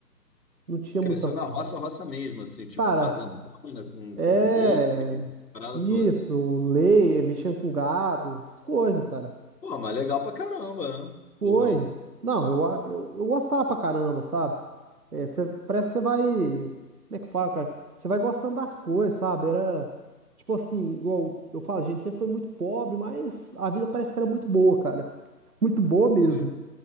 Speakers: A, on the right; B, on the left.
A: Não tinha
B: Tu cresceu
A: muita.
B: na roça, roça mesmo, assim, tipo
A: Cara,
B: fazendona, com,
A: é.
B: com boi, parada
A: Isso,
B: toda.
A: lei, mexendo com gado, essas coisas, cara.
B: Pô, mas legal pra caramba, né?
A: Foi.
B: Ou não?
A: Não, eu, a- eu, eu gostava pra caramba, sabe? É, cê- parece que você vai. Como é que fala, cara? Você vai gostando das coisas, sabe? Era. Tipo assim, igual eu falo, a gente sempre foi muito pobre, mas a vida parece que era muito boa, cara. Muito boa mesmo.
B: Hoje,